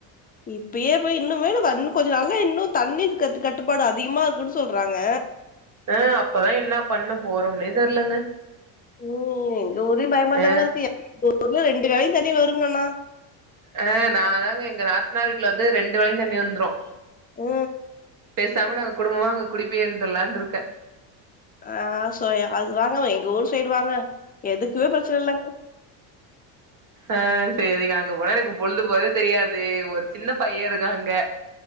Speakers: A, on the left; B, on the right.
A: இப்பியே போய் இன்னுமே நம்ப இன்னு கொஞ்சு நாள்ல இன்னு தண்ணிக்கு கத்து கட்டுப்பாடு அதிகுமா இருக்குன் சொல்றாங்க
B: அ அப்பதா என்ன பண்ண போறொம்னே தெர்லங்க
A: ம் எங்க ஊர்யு பயமா
B: ஆ
A: தாங்க இருக்கு <inaudible> ஊர்ல ரெண்டு வேலையு தண்ணி வருங்கணா
B: ஆ நா அதாங்க எங்க நாத்னா வீட்ல வந்து ரெண்டு வேலையு தண்ணி வந்ரு
A: அ
B: பேசாம நாங்க குடும்பமா அங்க குடி பேயந்தலான்ருக்க
A: ஆ சோ அது வாங்க எங்க ஊர் சைடு வாங்க எதுக்குமே ப்ரச்சன இல்லங்
B: ஆ சரிக்க அங்க போனா எனக்கு பொழுது போறதே தெரியாது ஒரு சின்ன பைய இருக்கா அங்க